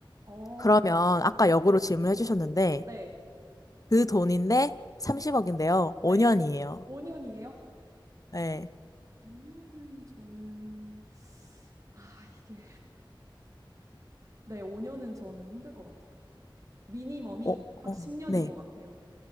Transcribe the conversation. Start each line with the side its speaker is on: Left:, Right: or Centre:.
Right: 어,
Left: 그러면 아까 역으로 질문해 주셨는데
Right: 네.
Left: 그 돈인데 30억인데요. 5년이에요.
Right: 네. 5년이에요?
Left: 네.
Right: 5년은 저는, 아, 이게. 네, 5년은 저는 힘들 것 같아요. 미니멈이
Left: 어,
Right: 딱
Left: 어,
Right: 10년인
Left: 네.
Right: 것 같아요.